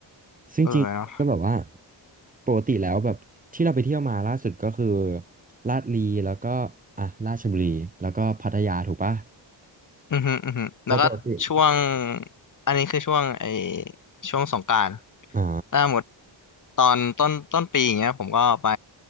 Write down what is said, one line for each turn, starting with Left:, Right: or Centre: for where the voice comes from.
Right: ซึ่งจริงๆก็แบบว่า
Left: เออเนาะ
Right: ปกติแล้วแบบที่เราไปเที่ยวมาล่าสุดก็คือลาดลีแล้วก็อ่ะราชบุรีแล้วก็พัทยาถูกปะ
Left: อือหืออือหือแล้วก็ช่วง
Right: แล้วปกติ
Left: อันนี้คือช่วงไอช่วงสงกรานต์
Right: อ๋อ
Left: ถ้าหมดตอนต้นต้นปีอย่างเงี้ยผมก็ไป